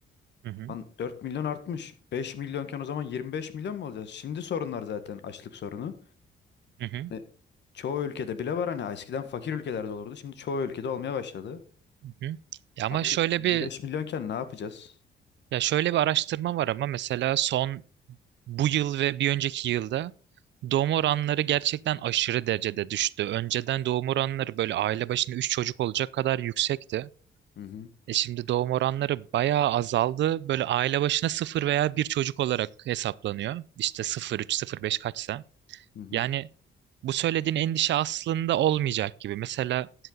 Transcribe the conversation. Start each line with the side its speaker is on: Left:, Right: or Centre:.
Right: Hı hı,
Left: Lan 4 milyon artmış. beş milyonken o zaman 25 milyon mu olacağız? Şimdi sorunlar zaten açlık sorunu.
Right: hı hı,
Left: Hani çoğu ülkede bile var hani eskiden fakir ülkelerde olurdu. Şimdi çoğu ülkede olmaya başladı.
Right: hı hı. Ya ama
Left: Abi
Right: şöyle
Left: yirmi
Right: bir
Left: beş milyonken ne yapacağız?
Right: ya şöyle bir araştırma var ama mesela son bu yıl ve bir önceki yılda doğum oranları gerçekten aşırı derecede düştü. Önceden doğum oranları böyle aile başına 3 çocuk olacak kadar yüksekti.
Left: Hı hı.
Right: E şimdi doğum oranları bayağı azaldı. Böyle aile başına sıfır veya bir çocuk olarak hesaplanıyor. İşte sıfır üç, sıfır beş kaçsa.
Left: Hı hı.
Right: Yani bu söylediğin endişe aslında olmayacak gibi. Mesela